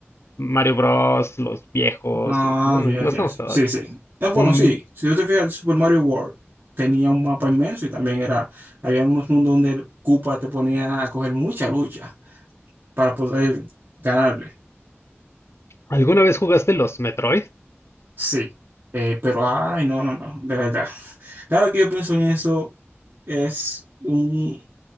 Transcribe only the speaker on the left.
Mario Bros, los viejos,
es- bueno,
los
estamos todavía.
Un,
¿alguna vez jugaste los Metroid?